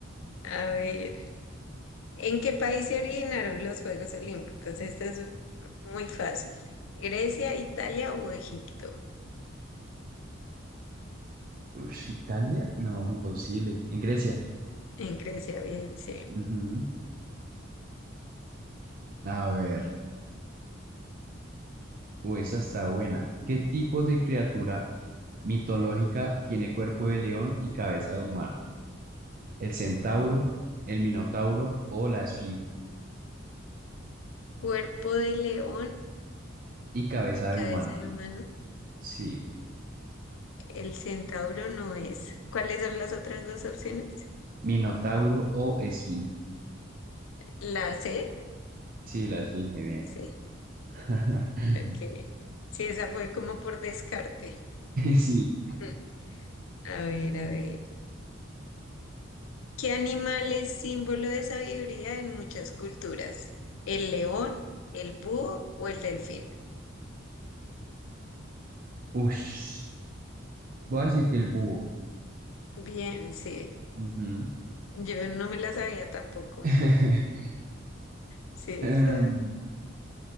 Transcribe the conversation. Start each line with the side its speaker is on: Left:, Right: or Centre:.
Left: A ver, ¿en qué país se originaron los Juegos Olímpicos? Esta es muy fácil. ¿Grecia, Italia o Egipto?
Right: Ush, Italia, no, imposible. En Grecia.
Left: En Grecia, bien, sí.
Right: Ujú. A ver, uy, esa está buena. ¿Qué tipo de criatura mitológica tiene cuerpo de león y cabeza de humano? ¿El centauro, el minotauro o la esfinge?
Left: Cuerpo de león
Right: Y cabeza
Left: y cabeza
Right: de humano.
Left: de humano.
Right: Sí,
Left: El centauro no es. ¿Cuáles son las otras dos opciones?
Right: minotauro o esfinge.
Left: La C,
Right: Sí, la esfinge, bien.
Left: sí,
Right: <laughs>
Left: ok. Sí, esa fue como por descarte.
Right: Sí,
Left: Mm, A ver, a ver. ¿Qué animal es símbolo de sabiduría en muchas culturas? ¿El león, el búho o el delfín?
Right: ush. Voy a decir que el búho.
Left: Bien, sí.
Right: Ujú.
Left: Yo no me la sabía tampoco.
Right: <laughs>
Left: Sí,
Right: Em,
Left: esa.